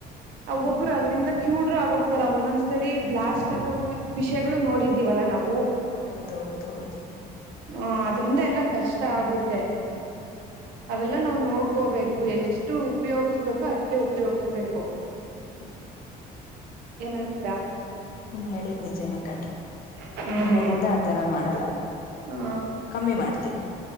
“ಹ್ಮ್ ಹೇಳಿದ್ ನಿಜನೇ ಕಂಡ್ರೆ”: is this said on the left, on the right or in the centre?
Left